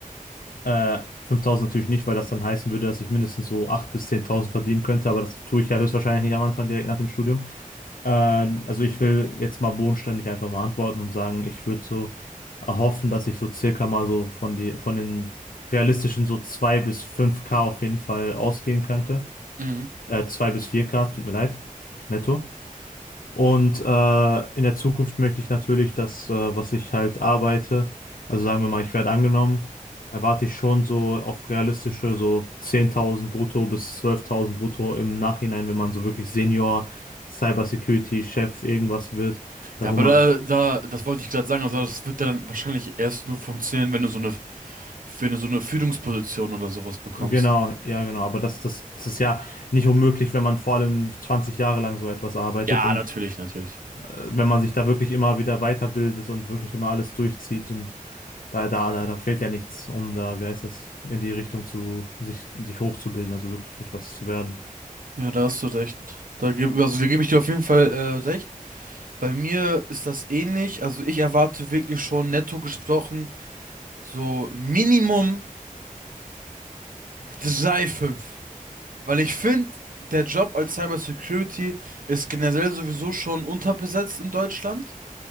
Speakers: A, on the left; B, on the right.
A: Äh, Fünftausend natürlich nicht, weil das dann heißen würde, dass ich mindestens so 8.000 bis 10.000 verdienen könnte, aber das tue ich ja höchstwahrscheinlich nicht am Anfang direkt nach dem Studium. Äh, also ich will jetzt mal bodenständig einfach mal antworten und sagen, ich würde so erhoffen, dass ich so circa mal so von die, von den realistischen so 2 bis fünf k auf jeden Fall ausgehen könnte.
B: Mhm.
A: Äh, 2 bis vier k tut mir leid. Netto. Und äh, in der Zukunft möchte ich natürlich das, äh, was ich halt arbeite, also sagen wir mal, ich werde angenommen, erwarte ich schon so auf realistische so 10.000 brutto bis 12.000 brutto im Nachhinein, wenn man so wirklich Senior, Cybersecurity, Chef, irgendwas wird, da
B: Ja, aber
A: wo man,
B: da, da, das wollte ich gerade sagen, also das wird dann wahrscheinlich erst nur funktionieren, wenn du so eine, wenn du so eine Führungsposition oder sowas bekommst.
A: genau, ja genau, aber das, das, das ist ja nicht unmöglich, wenn man vor allem 20 Jahre lang so etwas arbeitet
B: Ja,
A: und
B: natürlich, natürlich.
A: äh, wenn man sich da wirklich immer wieder weiterbildet und wirklich immer alles durchzieht und Da, da, da, da fehlt ja nichts, um da, wie heißt das, in die Richtung zu, sich, sich hochzubilden, also wirklich etwas zu werden.
B: Ja, da hast du recht. Da gebe, also da gebe ich dir auf jeden Fall äh, recht. Bei mir ist das ähnlich. Also ich erwarte wirklich schon netto gesprochen so Minimum drei Komma fünf, Weil ich finde, der Job als Cyber Security ist generell sowieso schon unterbesetzt in Deutschland.